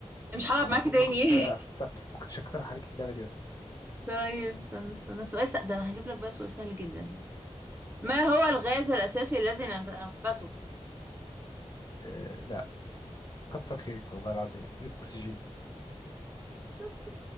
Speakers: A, on the right; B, on the left.
A: مش هلعب
B: انا
A: معاكي
B: المفروض
A: تاني
B: ما كنتش
A: <laughs>
B: أكتر... ما كنتش اقترح عليك اللعبة دي اصلا
A: طيب استنى استنى سؤال سهل ده انا هجيب لك بقى سؤال سهل جدا ما هو الغاز الاساسي الذي نتنفسه
B: أه... لا كتر خيرك والله العظيم الاكسجين
A: شفت